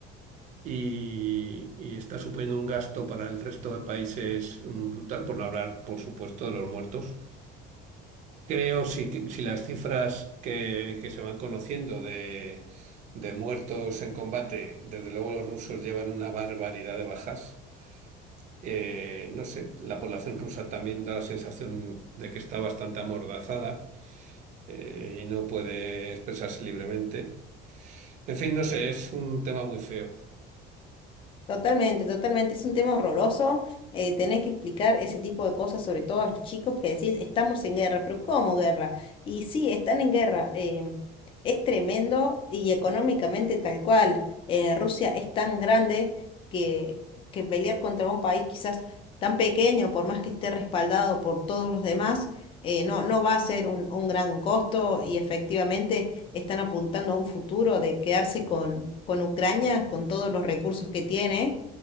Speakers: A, on the right; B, on the left.
A: y, y está suponiendo un gasto para el resto de países mm, brutal, por no hablar, por supuesto, de los muertos. Creo si, que- si las cifras que, que se van conociendo de, de muertos en combate, desde luego los rusos llevan una barbaridad de bajas. Eh, no sé, la población rusa también da la sensación de que está bastante amordazada eh, y no puede expresarse libremente. En fin, no sé, es un tema muy feo.
B: Totalmente, totalmente. Es un tema horroroso eh, tener que explicar ese tipo de cosas, sobre todo a los chicos que decís, estamos en guerra, pero ¿cómo guerra? Y sí, están en guerra. em, es tremendo y económicamente tal cual. eh, Rusia es tan grande que, que pelear contra un país quizás tan pequeño, por más que esté respaldado por todos los demás, eh, no, no va a ser un, un gran costo y efectivamente están apuntando a un futuro de quedarse con, con Ucrania, con todos los recursos que tiene.